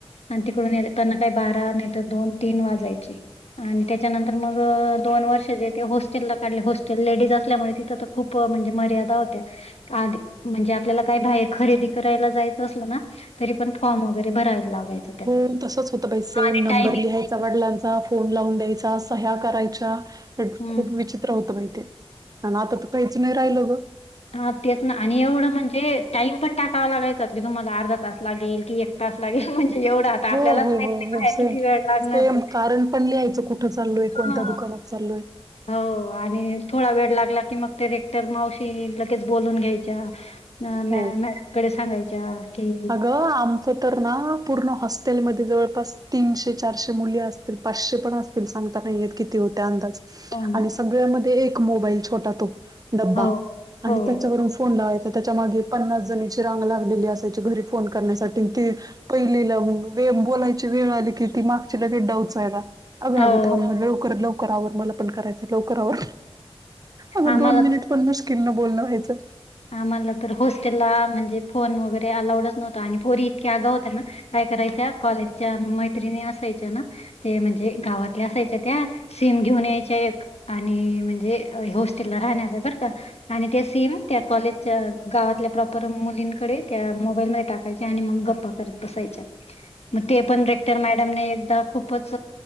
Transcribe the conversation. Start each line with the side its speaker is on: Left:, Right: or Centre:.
Left: आणि तिकडून निघताना काही बारा नाही तर दोन तीन वाजायची. आणि त्याच्यानंतर मग दोन वर्ष जे ते हॉस्टेलला काढले हॉस्टेल लेडीज असल्यामुळे तिथं तर खूप प म्हणजे मर्यादा होत्या आधी म्हणजे आपल्याला काही बाहेर खरेदी करायला जायचं असलं ना तरी पण फॉर्म वगैरे भरायला लागायचं. त्याच
Right: हो तसंच होतं बाई सेम
Left: आणि
Right: नंबर
Left: टायमिंग
Right: लिहायचा वडिलांचा फोन लावून द्यायचा. ह्या करायच्या
Left: हम्म
Right: खूप विचित्र होत बाई ते आणि आता तर काहीच नाही राहिलं ग.
Left: हा तेच ना आणि एवढं म्हणजे टाइम पण टाकावा लागायचा की तुम्हाला अर्धा तास लागेल की, तास लागेल म्हणजे एवढा आता
Right: हो
Left: आपल्यालाच
Right: हो
Left: माहित
Right: हो
Left: नाही
Right: हो
Left: बाहेर
Right: सेम
Left: किती वेळ लागणार
Right: सेम
Left: तर
Right: कारण पण लिहायचं कुठं चाललोय कोणत्या
Left: हा
Right: दुकानात? चालोय
Left: हो आणि थोडा वेळ लागला की मग रेक्टर मावशी लगेच बोलून घ्यायच्या. ह
Right: हो.
Left: मॅम मॅडमकडे सांगायच्या. की
Right: अगं! आमचं तर ना पूर्ण हॉस्टेलमध्ये जवळपास तीनशे, चारशे मुली असतील, पाचशे पण असतील. तरी सांगता नाहीयेत किती होत्या अंदाज?
Left: हो ना
Right: आणि सगळ्यामध्ये एक मोबाईल छोटा तो डब्बा.
Left: हो हो
Right: आणि त्याच्यावरून फोन लावायचा त्याच्या मागे पन्नास जणीची रांग लागलेली अस त्यांचं घरी फोन करण्यासाठी ते पहिलेला बोलायची वेळ आली की ती मागची लगे डवचायला. अगं
Left: हो
Right: अगं थांब लवकर लवकर आवर मला पण करायचं लवकर आवर अगं
Left: आम्हाला
Right: दोन मिनिट. पण मुस्किलन बोलणं व्हायचं.
Left: आम्हाला तर होॉस्टेलला म्हणजे फोन वगैरे अलाऊडच नव्हता आणि पोरी इतक्या आगाव होत्या ना काय करायच्या कॉलेजच्या मैत्रिणी असायच्या ना, ते म्हणजे गावातल्या असायच्या त्या सीम घेऊन यायच्या एक आणि म्हणजे हाॅस्टेलला राहणार आहे बरं का आणि ते सीम त्या कॉलेजच्या गावातल्या प्रॉपर मुलींकडे त्या मोबाईलमध्ये टाकायच्या आणि मग गप्पा करत बसायच्या
Right: <inaudible>
Left: मग ते पण रेक्टर मॅडमने एकदा खूप खूपच